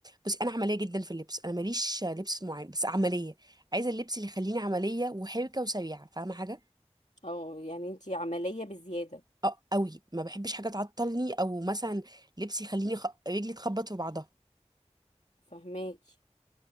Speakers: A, on the right; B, on the left.
A: بصي أنا عملية جدا في اللبس أنا ماليش لبس معين بس عملية عايزة اللبس اللي يخليني عملية وحركة وسريعة فاهمة حاجة؟
B: اه يعني انت عمليه بزياده
A: أه أوي ما بحبش حاجة تعطلني أو مثلا لبس يخليني خ... رجلي تخبط في بعضها
B: فهماكي